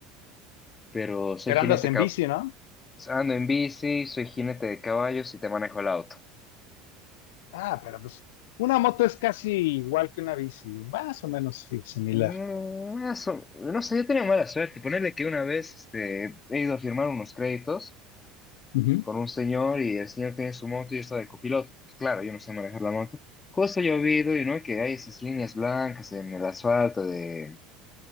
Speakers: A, on the left; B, on the left.
A: pero soy
B: Pero
A: jinete,
B: andas en
A: cab-
B: bici, ¿no?
A: ando en bici, soy jinete de caballos y te manejo el auto.
B: Ah, pero pues una moto es casi igual que una bici, más o menos sí, similar.
A: Mm, eso- no sé, yo tenía mala suerte. Ponerle que una vez este, he ido a firmar unos créditos.
B: Ujú.
A: con un señor y el señor tiene su moto y yo estaba de copiloto. Claro, yo no sé manejar la moto. Justo llovido y no que hay esas líneas blancas en el asfalto de,